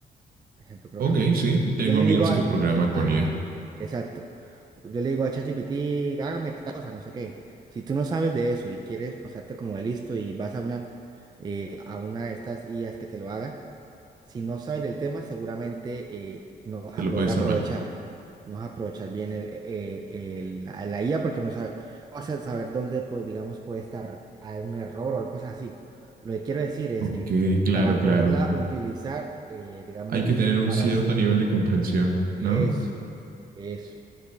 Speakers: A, on the right; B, on the right.
A: Ejemplo, programar.
B: ok, sí. Tengo
A: Yo le
B: amigos
A: digo a,
B: que programan
A: eh,
B: con
A: ajá,
B: IA.
A: exacto. Yo le digo a ChatGPT, hágame tal cosa, no sé qué. Si tú no sabes de eso y quieres pasarte como de listo y vas a una, eh, a una de estas IAs que te lo haga, si no sabes del tema, seguramente eh, no vas a
B: Te lo
A: poder
B: puedes
A: aprovechar.
B: armar.
A: No vas a aprovechar bien el, eh, el- la, la IA porque no sabes, vas a saber dónde, pues, digamos, puede estar hay un error o cosas así. Lo que quiero decir es
B: Ok,
A: que
B: claro,
A: para
B: claro.
A: poderla utilizar, eh, digamos,
B: Hay que tener un
A: para...
B: cierto
A: s-
B: nivel de comprensión,
A: Eso,
B: ¿no?
A: eso.